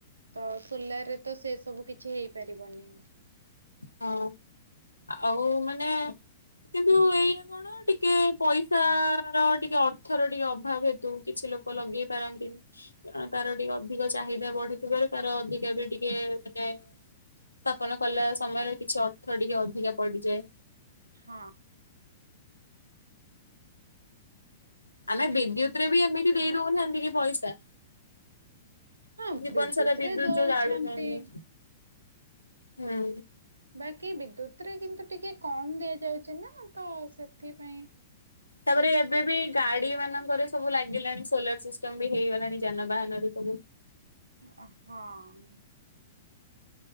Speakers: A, on the right (about 80°); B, on the left (about 80°).
A: ତ ସୋଲାରରେ ତ ସେ ସବୁ କିଛି ହେଇପାରିବନି।
B: ହଁ ଆଉ ମାନେ କିନ୍ତୁ ଏଇଆ କଣ ଟିକେ ପଇସା ତା ର ଟିକେ ଅର୍ଥର ଟିକେ ଅଭାବ ହେତୁ କିଛି ଲୋକ ଲଗେଇ ପାରନ୍ତିନି। ତାର ଟିକେ ଅଧି ଅଧିକ ଚାହିଦା ବଢିଥିବାରୁ ତାର ଅଧିକା ବି ଟିକେ ମାନେ ସ୍ଥାପନ କଲା ସମୟରେ କିଛି ଅର୍ଥ ଟିକେ ଅଧିକା ପଡିଯାଏ।
A: ହଁ।
B: ଆମେ ବିଦ୍ୟୁତରେ ବି ଏମିତି ଦେଇ ଦଉନାହାନ୍ତି କି ପଇସା।
A: ହଁ
B: ଜୀବନ ସାରା ବିଦ୍ୟୁତ
A: ରେ ଦଉଛନ୍ତି।
B: ଯୋଉ ଜାଳୁଚନ୍ତି ହୁଁ।
A: ବାକି ବିଦ୍ୟୁତରେ କିନ୍ତୁ ଟିକେ କମ ଦିଆଯାଉଚି ନା ତ ସେଥିପାଇଁ
B: ତାପରେ ଏବେ ବି ଗାଡି ମାନଙ୍କରେ ସବୁ ଲାଗିଲାଣି ସୋଲାର ସିଷ୍ଟମ ବି ହେଇଗଲାଣି ଯାନବାହାନରେ। ସବୁ
A: ହ ହଁ।